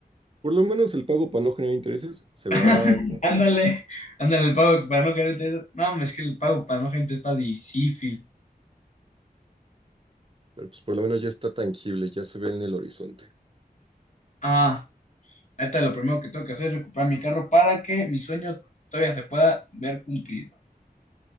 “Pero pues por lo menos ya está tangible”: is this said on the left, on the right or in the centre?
Right